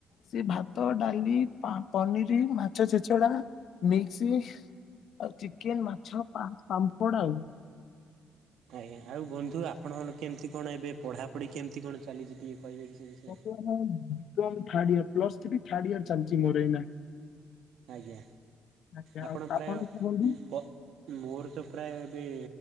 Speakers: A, on the left (about 70°); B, on the right (about 75°).
A: ସେ ଭାତ ଡାଲି ପାମ ପନିର ମାଛ ଛେଚଡା ମିକ୍ସ। ଚିକେନ୍ ମାଛ ପା ପାମ୍ପୋଡ଼ ଆଉ।
B: ଆଜ୍ଞା ଆଉ ବନ୍ଧୁ ଆପଣଙ୍କର କେମିତି କଣ ଏବେ ପଢାପଢି କେମିତି କଣ ଚାଲିଛି ଟିକେ କହିବେ କି ସେ ବିଷୟରେ
A: <unintelligible> ଥାର୍ଡାୟିର ପ୍ଲସଥ୍ରି ଥାର୍ଡାୟିର ଚାଲଚି ମୋର ଏଇନା।
B: ଆଜ୍ଞା
A: ଆଜ୍ଞା
B: ଆପଣ
A: ଆଉ
B: ପ୍ରାୟ
A: ଆପଣଙ୍କ ବନ୍ଧୁ
B: ପ ମୋର ତ ପ୍ରାୟ ଏବେ